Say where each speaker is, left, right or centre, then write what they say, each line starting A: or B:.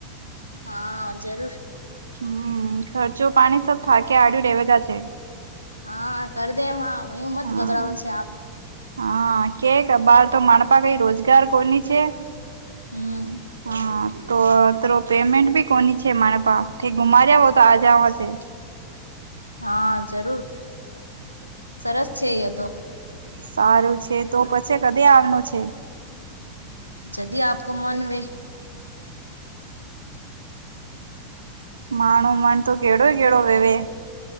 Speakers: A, on the left (about 80°); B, on the right (about 70°).
A: હા જરૂર
B: હમ ખર્ચો પાણી સબ થાકે આડયુ રેવેગા છે
A: હા કરી દે એમ હ એ મત
B: હા
A: ગભરાવું છ આપ
B: હા કે બાર તો માણપા કઈ રોજગાર કોની છે
A: હમ
B: હા તો ત પેમેન્ટ ભી કોની છે મારે પા ગુમાર્યા હો તો આ જાવાશે
A: હા જરૂર સરસ છે એ તો
B: સારું છે તો પછી કદી આવનો છે
A: જદી આપકો મન વ
B: મા મન તો કેડુ કેડુ વેવે